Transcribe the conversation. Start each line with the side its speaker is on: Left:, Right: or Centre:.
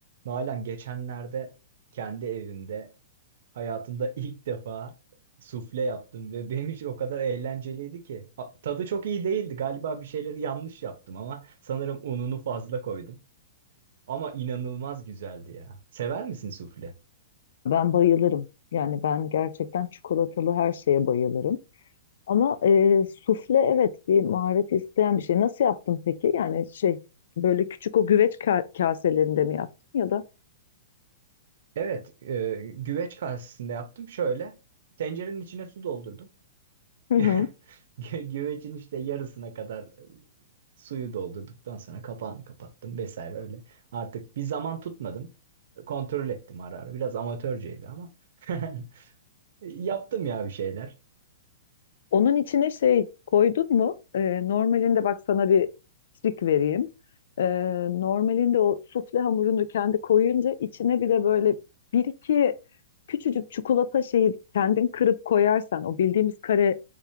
Right: Nalan geçenlerde kendi evimde hayatımda <laughs> ilk defa sufle yaptım ve benim için o kadar eğlenceliydi ki. A- Tadı çok iyi değildi. Galiba bir şeyleri yanlış yaptım ama sanırım ununu fazla koydum. Ama inanılmaz güzeldi ya. Sever misin sufle?
Left: Ben bayılırım. Yani ben gerçekten çikolatalı her şeye bayılırım. Ama e, sufle evet bir maharet isteyen bir şey. Nasıl yaptın peki? Yani şey böyle küçük o güveç ka- kaselerinde mi yaptın ya da?
Right: Evet, e, güveç kasesinde yaptım. Şöyle tencerenin içine su doldurdum. <laughs>
Left: Hı hı.
Right: Gü- Güvecin işte yarısına kadar Suyu doldurduktan sonra kapağını kapattım vesaire öyle. Artık bir zaman tutmadım. Kontrol ettim ara ara. Biraz amatörceydi ama. <laughs> Yaptım ya bir şeyler.
Left: Onun içine şey koydun mu? E, normalinde bak sana bir trik vereyim. E, normalinde o sufle hamurunu kendi koyunca içine bir de böyle bir iki küçücük çikolata şeyi kendin kırıp koyarsan o bildiğimiz kare